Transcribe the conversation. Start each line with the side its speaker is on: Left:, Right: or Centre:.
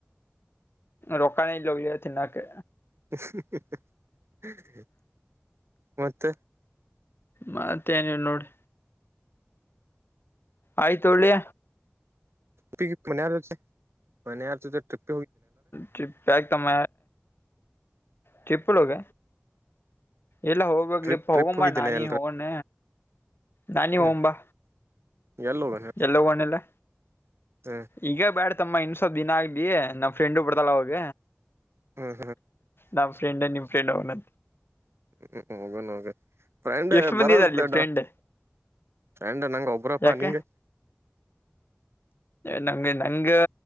Left: ರೋಕನೆ ಇಲ್ಲೋ ಇವ್ಯ ತಿನ್ನಕೆ.
Right: ಹ್ಮ್ ಹ್ಮ್ ಹ್ಮ್ ಮತ್ತ
Left: ಮತ್ತೇ ನೀವು ನೋಡಿ ಆಯ್ತು ಒಳ್ಳಿ
Right: ಪ್ಪಿ ಪ್ ಮನಿಯವರ ಜೊತೆ ಟ್ರಿ
Left: ಟ್ರಿಪ್ ಯಾಕ್ ತಮ್ಮ ಟ್ರಿಪ್ ಒಳಗ ಎಲ್ಲ ಹೋಗ್ಬೇಕ್ಲೇಪ್ಪ
Right: ಟ್ರಿಪ್ ಟ್ರಿಪ್
Left: ಹೋಗಂಬಾ
Right: ಹೋಗಿದ್ದೇನೆ
Left: ನಾನಿ
Right: ಎಲ್ರ
Left: ಹೋಗಣ ನಾನಿ
Right: ಹ್ಮ್
Left: ಹೋಗಂಬಾ.
Right: ಎಲ್ಲಿ ಹೋಗೋಣ
Left: ಎಲ್ಲೋ ಒಣಲ್ಲೆ
Right: ಹ್ಮ್
Left: ಈಗೆ ಬ್ಯಾಡ್ ತಮ್ಮ ಇನ್ ಸ್ವಪ್ ದಿನ ಆಗ್ಲಿ ನಾವ್ ಫ್ರೆಂಡು ಬರ್ತಾಳ್ ಅವಾಗ
Right: ಹ್ಮ್
Left: ನಮ್ಮ ಫ್ರೆಂಡ್ ನಿಮ್ ಫ್ರೆಂಡ್ ಅವನ
Right: ಹ್ಮ್ ಹೋಗನ್ ನೋಗ್ ಫ್ರೆಂಡ್
Left: ಎಷ್ಟು ಮಂದಿ
Right: ಬರಸ
Left: ಇದಾರ್ಲಿ
Right: ದಡ್ಡ
Left: ಫ್ರೆಂಡ್
Right: ಫ್ರೆಂಡ್ ನಂಗ ಒಬ್ರಪ್ಪಾ
Left: ಯಾಕ
Right: ನಿಂಗ್
Left: ನಂಗೆ ನಂಗಾ